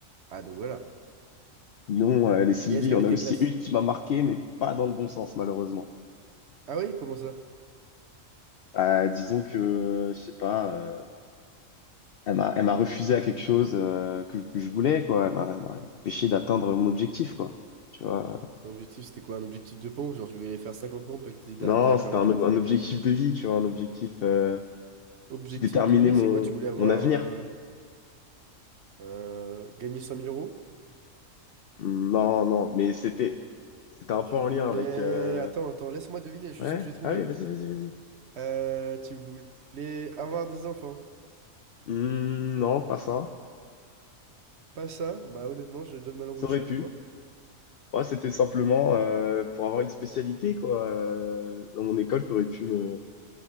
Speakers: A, on the right; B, on the left.
A: Ah, donc voilà.
B: non, euh, les Sylvie,
A: Et est-ce
B: il y
A: qu'elle
B: en
A: était
B: a aussi
A: classe?
B: une qui m'a marqué, mais pas dans le bon sens, malheureusement.
A: Ah oui, comment ça?
B: Euh, disons que, euh, je sais pas, euh, elle m'a, elle m'a refusé à quelque chose euh, que, que je voulais, quoi. Elle m'a elle m'a empêché d'atteindre mon objectif, quoi. Tu vois. euh,
A: Ton objectif, c'était quoi? Un objectif de pompe? Genre, tu voulais faire 50 pompes et que t'as dit d'arrêter
B: Non,
A: à quarante-huit
B: c'était un, un objectif de vie, tu vois, un objectif euh,
A: Objectif
B: qui déterminait
A: de vie,
B: mon,
A: c'est quoi? Tu voulais avoir
B: mon avenir.
A: euh, euh, gagné 100 000 euros?
B: Non, non, mais c'était, c'était un peu
A: Tu
B: en
A: voulais.
B: lien avec... euh,
A: Attends, attends, laisse-moi deviner, je suis
B: Ouais,
A: sûr que je vais trouver.
B: ah oui, vas-y, vas-y, vas-y.
A: Euh, tu voulais avoir des enfants?
B: Hmm, non, pas ça.
A: Pas ça? Bah, honnêtement, je donne ma langue
B: Ça
A: au chat,
B: aurait pu.
A: dis-moi.
B: Moi, c'était simplement euh, pour avoir une spécialité quoi, euh, dans mon école qui aurait pu me,